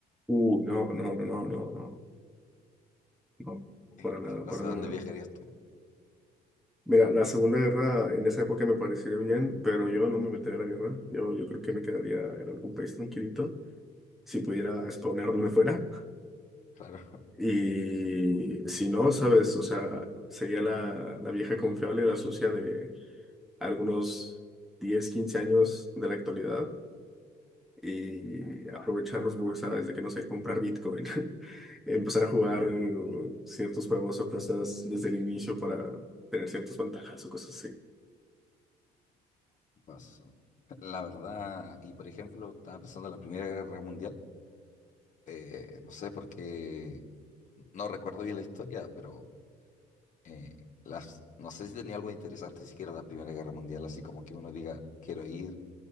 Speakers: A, in the centre; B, on the left.
A: Uh, no, no, no, no, no, no, no, para
B: <laughs>
A: nada,
B: No
A: para
B: sé
A: nada.
B: dónde viajarías tú.
A: Mira, la Segunda Guerra en esa época me pareció bien, pero yo no me metería en la guerra. Yo, yo creo que me quedaría en algún país tranquilito, si pudiera spawnear donde fuera.
B: Claro,
A: Y si no, ¿sabes? O sea, sería la, la vieja confiable, la sucia de algunos 10 15 años de la actualidad y aprovechar los bugs a, desde que no sé comprar Bitcoin, <laughs> empezar a jugar
B: claro.
A: ciertos juegos o cosas desde el inicio para tener ciertas ventajas o cosas así.
B: Paso. La verdad, y por ejemplo, estaba pensando en la Primera Guerra Mundial. eh, no sé por qué, no recuerdo bien la historia, pero eh, las, no sé si tenía algo interesante siquiera la Primera Guerra Mundial, así como que uno diga, quiero ir,